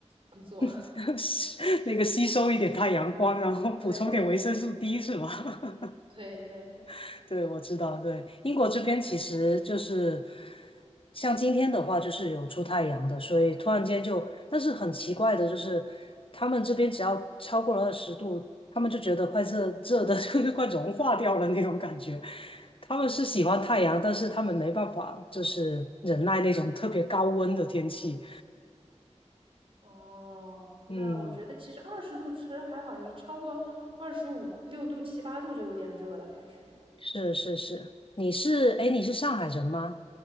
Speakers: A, on the right; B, on the left.
A: 工作。
B: <laughs> 吸那个吸收一点太阳光，然后补充点维生素
A: <laughs> 对对对
B: D 是吧？
A: 对对，
B: <laughs> 对，我知道，对，英国这边其实就是像今天的话，就是有出太阳的，所以突然间就，但是很奇怪的就是，他们这边只要超过了二十度，他们就觉得快热热的，<laughs> 就是快融化掉了那种感觉。他们是喜欢太阳，但是他们没办法，就是忍耐那种特别高温的天气。
A: 哦，那我觉得其实二十度其实还好，
B: 嗯。
A: 你超过二十五六度、七八度就有点热了，开始。
B: 是是是，你是，哎，诶你是上海人吗？